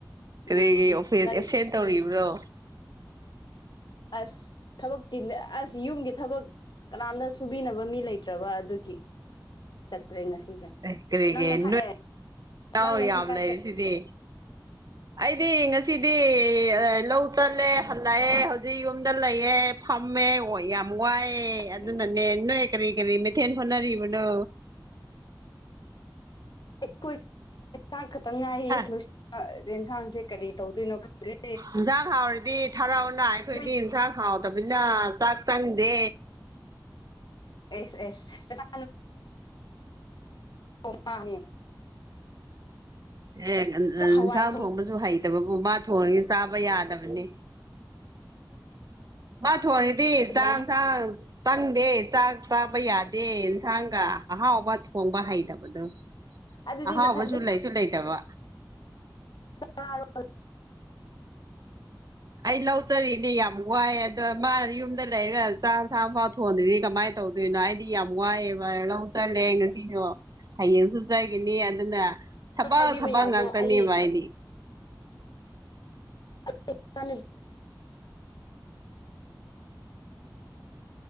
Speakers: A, on the left (about 65°); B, on the right (about 50°).
A: ꯎꯝ
B: ꯀꯔꯤꯒꯤ ꯑꯣꯐꯤꯁ
A: ꯅꯪ
B: ꯑꯦꯞꯁꯦꯟ ꯇꯧꯔꯤꯕ꯭ꯔꯣ
A: ꯑꯁ ꯊꯕꯛ ꯆ ꯑꯁ ꯌꯨꯝꯒꯤ ꯊꯕꯛ ꯀꯅꯥꯝꯗ ꯁ ꯊꯕꯤꯅꯕ ꯃꯤ ꯂꯩꯇ꯭ꯔꯕ ꯑꯗꯨꯒꯤ ꯆꯠꯇ꯭ꯔꯦ ꯉꯁꯤꯁꯦ
B: ꯑꯦ ꯀꯔꯤꯒꯤ
A: ꯅꯪꯅꯁꯥꯛꯑ
B: ꯅꯣꯏ ꯏꯅꯥꯎ
A: ꯅꯪꯅ
B: ꯌꯥꯝ
A: ꯁꯤ ꯀꯥꯏ
B: ꯂꯩꯔꯤꯁꯤꯗꯤ
A: ꯆꯠꯂ
B: ꯑꯩꯗꯤ ꯉꯁꯤꯗꯤ ꯂꯧ ꯆꯜꯂꯦ ꯍꯟꯂꯛꯑꯦ ꯍꯧꯖꯤꯛ ꯌꯨꯝꯗ ꯂꯩꯌꯦꯦ ꯊꯝꯃꯦ ꯑꯣ ꯌꯥꯝ ꯋꯥꯏꯑꯦ
A: ꯑꯩꯈꯣꯏ
B: ꯑꯗꯨꯅꯅꯦ ꯅꯣꯏ ꯀꯔꯤ ꯀꯔꯤ ꯃꯩꯊꯦꯟ ꯍꯣꯠꯅꯔꯤꯕꯅꯣ
A: ꯑꯩꯈꯣꯏ ꯌꯦꯟꯁꯥꯡ ꯈꯛꯇ ꯉꯥꯏꯌꯦ
B: ꯍꯥ
A: ꯂꯣꯏꯁꯤ ꯌꯦꯟꯁꯥꯡꯁꯦ ꯀꯔꯤ ꯇꯧꯗꯣꯏꯅꯣ ꯈꯪꯗ꯭ꯔꯦ
B: ꯏꯟꯁꯥꯡ ꯍꯥꯎꯔꯗꯤ ꯊꯔꯥꯎꯅ ꯑꯩꯈꯣꯏꯗꯤ
A: ꯅꯣꯏ
B: ꯌꯦꯟꯁꯥꯡ ꯍꯥꯎꯗꯕꯅꯤꯅ ꯆꯥꯛ ꯇꯟꯗꯦ
A: ꯑꯦꯁ ꯑꯦꯁ ꯆ ꯀꯃ
B: ꯑꯦ
A: ꯍꯋꯥꯏ
B: ꯏꯟꯁꯥꯡ
A: ꯊꯣꯡ
B: ꯊꯣꯡꯕꯁꯨ ꯍꯩꯇꯕꯕꯨ ꯃꯥ ꯊꯣꯡꯉꯒ ꯆꯥꯕ ꯌꯥꯗꯕꯅꯤ ꯃꯥ ꯊꯣꯡꯔꯤꯗꯤ
A: ꯑꯗꯨꯃꯥꯏꯅ
B: ꯆꯥꯛ ꯆꯥꯡ ꯆꯪꯗꯦ ꯆꯥꯛ ꯆꯥꯕ ꯌꯥꯗꯦ ꯏꯟꯁꯥꯡꯒ ꯑꯍꯥꯎꯕ ꯊꯣꯡꯕ ꯍꯩꯇꯕꯗꯣ
A: ꯑꯗꯨꯗꯤ
B: ꯑꯍꯥꯎꯕꯁꯨ
A: ꯅꯊꯟꯗ
B: ꯂꯩꯁꯨ ꯂꯩꯇꯕ
A: ꯆꯥꯔꯣ
B: ꯑꯩ ꯂ ꯂꯧ ꯆꯔꯤ ꯏꯅꯦ ꯌꯥꯝ ꯨ ꯋꯥꯏ ꯑꯗ ꯃꯥ ꯌꯨꯝꯗ ꯂꯩꯔꯒ ꯆꯥ ꯆꯥꯐꯥꯎ ꯊꯣꯟꯗꯗꯤ ꯀꯃꯥꯏꯅ ꯇꯧꯗꯣꯏꯅꯣ ꯍꯥꯏꯗꯤ ꯌꯥꯝ ꯋꯥꯏꯑꯦꯕ ꯆꯠꯂꯦ ꯉꯁꯤꯁꯨꯣ ꯍꯌꯦꯡꯁꯨ ꯆꯥꯏꯈꯤꯅꯤ ꯑꯗꯨꯅ ꯊꯕꯛ
A: ꯍꯥꯏꯕꯤꯕ
B: ꯊꯕꯛ
A: ꯌꯥꯗ꯭ꯔꯣ
B: ꯉꯥꯛꯇꯅꯦꯕ
A: ꯑꯩ
B: ꯍꯥꯏꯗꯤ
A: ꯑ ꯄ